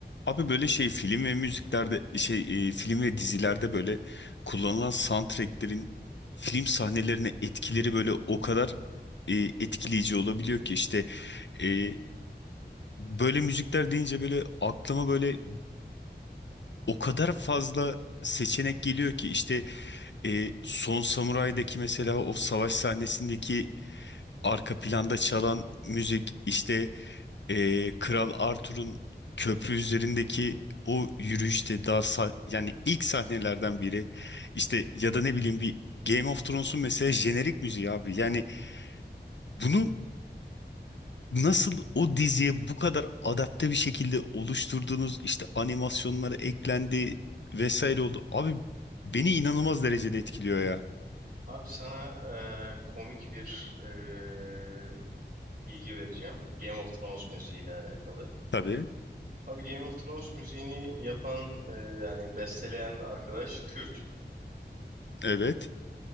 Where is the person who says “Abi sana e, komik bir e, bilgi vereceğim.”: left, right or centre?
Right